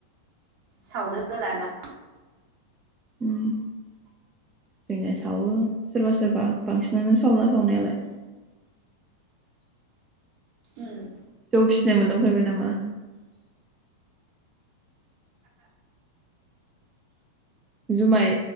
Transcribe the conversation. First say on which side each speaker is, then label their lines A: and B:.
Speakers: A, on the right (about 50°); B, on the right (about 20°).
A: सावनो होलाना
B: उम जोंनिया सावो सोरबा सोरबा बांसिनानो सावला सावनायालाय
A: उम
B: जौ फिसिनाय मोनलों फेरबाय नामा जुमाय